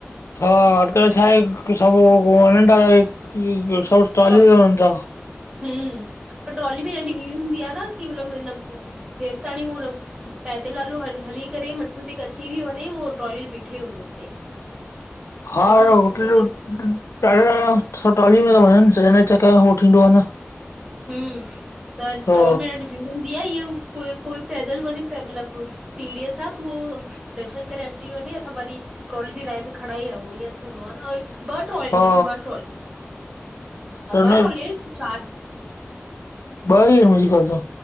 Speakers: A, on the left (about 85°); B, on the right (about 15°).
A: हा, अॼकल छाहे सब <unintelligible> वॼन ता त ट्राली
B: ट्रॉली
A: में वञनि ता
B: हम्म, पर ट्रोली में एॾी भीण हूंदी आहे न कि मतलब जेस्ताणी हू पैदल हलो हली, हली करे मथो टेके अची बि वञे उहो ट्रोली बीठे हूंदो हुते।
A: हा
B: अॼुकल्ह
A: ॾाढे
B: सभु
A: सालन खां, सब ट्रॉलीअ में ता वञन त हिन जे चक्कर में हो थींदो आ न।
B: हूं, त अॼ
A: हा
B: ट्रॉल में हूंदी आ, या कोई कोई पैदल वंञे मतलब सीड़ीअ सां त वो दर्शन करे अची वंञे, असां वरी ट्रॉली जी लाइन में खड़ा ई रहूं, ईएं थींदो आ न। ॿ ट्रॉली
A: हा
B: एन, बस ब ट्रॉली,
A: त हुन
B: ॿ ट्रॉली एन कि चार?
A: ॿ ई एन, मुंजे ख़्याल सां।